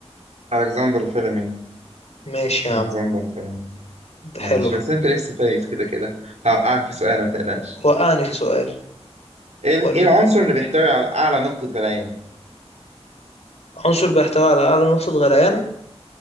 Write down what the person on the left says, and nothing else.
ماشي يا
عم
ده
حلو
وقعني في سؤال
وريني
عنصر بيحتوي على اعلى نقطة غليان